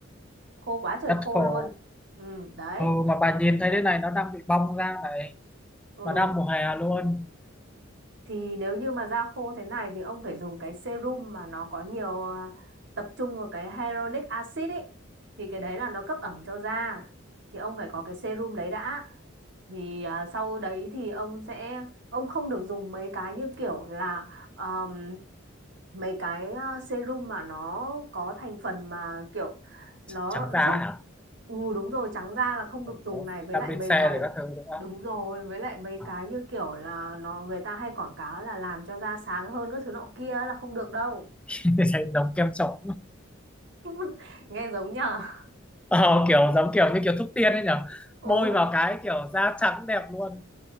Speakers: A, on the right; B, in the centre.
A: khô quá trời
B: rất
A: khô
B: khô
A: luôn ừ đấy
B: ừ, mà bà nhìn thấy thế này nó đang bị bong ra này
A: ừ
B: mà đang mùa hè luôn
A: thì nếu như mà da khô thế này thì ông phải dùng cái serum mà nó có nhiều à, tập trung vào cái hyaluronic acid ấy thì cái đấy là nó cấp ẩm cho da thì ông phải có cái serum đấy đã thì à, sau đấy thì ông sẽ ông không được dùng mấy cái như kiểu là um, mấy cái ờ, serum mà nó có thành phần mà kiểu nó
B: trắng da
A: giúp
B: hả
A: ừ đúng rồi trắng da là không được dùng
B: có
A: này
B: vitamin
A: với lại mấy
B: C rồi
A: cái
B: các thứ đúng không
A: Đúng rồi, với lại mấy
B: Ờ,
A: cái như kiểu là nó người ta hay quảng cáo là làm cho da sáng hơn các thứ nọ kia là không được đâu.
B: <laughs> thấy giống kem trộn
A: <laughs> Nghe giống nhở? <laughs>
B: ờ, kiểu giống kiểu như kiểu thuốc tiên ấy nhở
A: Ừ,
B: bôi vào cái kiểu da trắng đẹp luôn